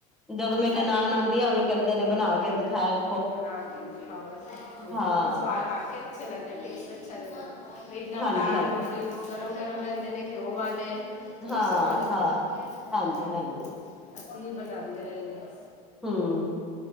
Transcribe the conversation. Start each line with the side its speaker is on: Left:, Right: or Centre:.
Centre: ਜਦੋਂ ਮੇਰੇ
Left: ਸਾਡੇ
Centre: ਨਨਾਨ
Left: ਵੀ
Centre: ਆਉਂਦੀ ਆ। ਕੈਂਦੇ ਨੇਂ ਬਣਾ ਕੇ ਦਿਖਾਓ
Left: ਬਣਾ ਕੇ ਦਿਖਾਓ ਹੂ
Centre: ਹਾਂ
Left: ਨਈਂ ਸਵਾਦ ਵਾਕੇ ਅੱਛੇ ਲੱਗਦੇ ਟੇਸਟ ਅੱਛਾ ਲੱਗਦਾ। ਇਕ ਦਮ
Centre: ਹਾਂਜੀ
Left: ਦਾਲ
Centre: ਹਾਂਜੀ
Left: ਹੋ ਗਈ ਉਹ ਗਰਮ ਗਰਮ ਰਹਿੰਦੇ ਨੇ ਘਿਓ ਵਾਲੇ।
Centre: ਹਾਂ
Left: ਬੜੇ ਸੁਆਦ ਲੱਗਦੇ
Centre: ਹਾਂ
Left: ਨੇ
Centre: ਹਾਂਜੀ
Left: ਹੂੰ ਹੂ
Centre: ਹਾਂਜੀ
Left: ਅਸੀਂ ਵੀ ਬਣਾਂਦੇ ਰਹਿੰਨੇ ਆਂ।
Centre: ਹੂੰ